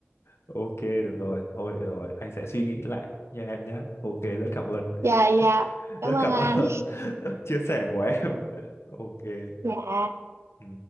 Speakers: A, on the left (about 75°); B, on the right (about 85°).
A: ok được rồi thôi được rồi anh sẽ suy nghĩ lại nha em nhé ok rất cảm ơn
B: dạ dạ
A: <laughs>
B: cảm
A: rất
B: ơn
A: cảm
B: anh
A: ơn <laughs> chia sẻ của em <laughs> ok
B: dạ
A: ừ.